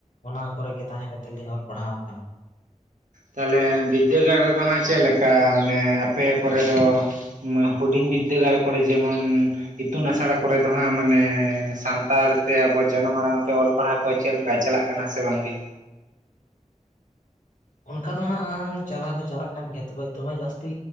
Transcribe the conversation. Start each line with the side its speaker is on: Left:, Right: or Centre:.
Left: ᱚᱱᱟ ᱠᱚᱨᱮ ᱜᱮ ᱛᱟᱦᱮᱸ ᱠᱟᱛᱮᱫ ᱞᱤᱧ ᱚᱞ ᱯᱟᱲᱦᱟᱣ ᱠᱟᱱᱟ᱾
Right: ᱛᱟᱦᱚᱞᱮ ᱵᱤᱫᱽᱫᱟᱹᱜᱟᱲ ᱨᱮᱫᱚ ᱦᱟᱸᱜ ᱪᱮᱫ ᱞᱮᱠᱟ ᱢᱟᱱᱮ ᱟᱯᱮ ᱠᱚᱨᱮ ᱫᱚ ᱦᱩᱰᱤᱧ ᱵᱤᱫᱽᱫᱟᱹᱜᱟᱲ ᱠᱚᱨᱮ ᱡᱮᱢᱚᱱ ᱤᱛᱩᱱ ᱟᱥᱲᱟ ᱠᱚᱨᱮ ᱫᱚ ᱦᱟᱸᱜ ᱢᱟᱱᱮ ᱥᱟᱱᱛᱟᱲ ᱛᱮ ᱟᱵᱚ ᱡᱟᱱᱟᱢ ᱟᱲᱟᱝ ᱛᱮ ᱚᱞ ᱯᱟᱲᱦᱟᱣ ᱠᱚ ᱪᱮᱫ ᱞᱮ ᱠᱟ ᱪᱟᱞᱟᱜ ᱠᱟᱱᱟ ᱥᱮ ᱵᱟᱝ ᱜᱮ?
Left: ᱚᱱᱠᱟ ᱫᱚ ᱦᱟᱸᱜ ᱪᱟᱞᱟᱣ ᱫᱚ ᱪᱟᱞᱟᱜ ᱠᱟᱱ ᱜᱮᱭᱟ ᱛᱚᱵᱮ ᱫᱚᱢᱮ ᱡᱟᱹᱥᱛᱤ